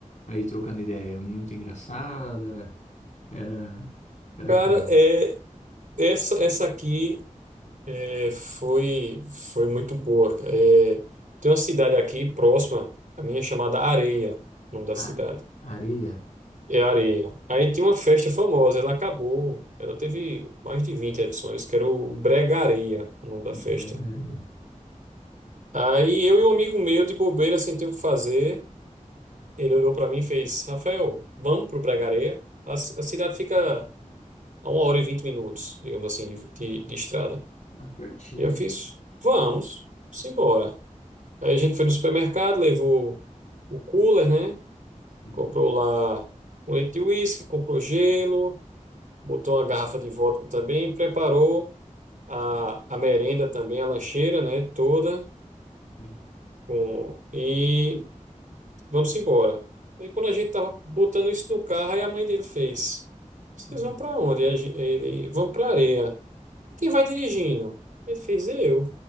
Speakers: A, on the left; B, on the right.
A: aí trocando ideia? Muito engraçada? Era, era
B: Cara,
A: como?
B: é, essa, essa aqui é, foi, foi muito boa. É, tem uma cidade aqui próxima, a minha chamada Areia, o nome da
A: A,
B: cidade.
A: areia?
B: É Areia. Aí tinha uma festa famosa, ela acabou, ela teve mais de 20 edições, que era o Bregareia, o nome da festa.
A: Brega areia.
B: Aí eu e um amigo meu, de bobeira, sem ter o que fazer, ele olhou pra mim e fez: Rafael, vamos pro Pregareia? A, ci- a cidade fica a uma hora e vinte minutos, digamos assim, de, de, de estrada.
A: Ah, pertinho.
B: E eu fiz: vamos, simbora. Aí a gente foi no supermercado, levou o cooler, né?
A: Hum,
B: Comprou lá um leite de uísque, comprou gelo, botou uma garrafa de vodka também, preparou a, a merenda também, a lancheira, né? Toda.
A: hum,
B: Com, e. Vamos embora. E aí, quando a gente tava botando isso no carro, aí a mãe dele fez: Vocês
A: hum.
B: vão para onde? E a gen- Ele, vão para areia. Quem vai dirigindo? Ele fez: Eu.